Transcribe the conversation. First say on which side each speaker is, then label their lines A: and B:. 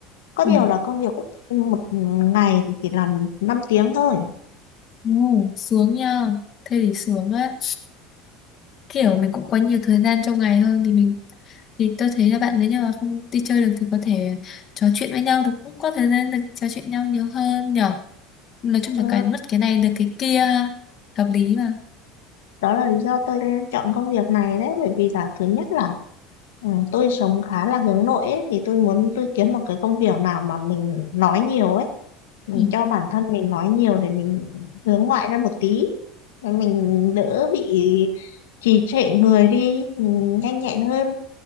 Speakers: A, on the left; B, on the left.
A: có
B: ừ.
A: điều là công việc của tôi một ngày thì chỉ làm 5 tiếng thôi
B: Ừ. sướng nha thế thì sướng á kiểu mình cũng có nhiều thời gian trong ngày hơn thì mình thì tôi thấy là bạn nếu như mà không đi chơi được thì có thể trò chuyện với nhau được cũng có thời gian được trò chuyện nhau nhiều hơn nhở nói chung
A: Ừ,
B: là cái mất cái này được cái kia ha. hợp lý mà
A: đó là lý do tôi chọn công việc này đấy bởi vì là thứ nhất là Ừ, tôi sống khá là hướng nội ấy, thì tôi muốn tôi kiếm một cái công việc nào mà mình nói nhiều ấy mình
B: ừ.
A: cho bản thân mình nói nhiều để mình hướng ngoại ra một tí để mình đỡ bị trì trệ người đi mình nhanh nhẹn hơn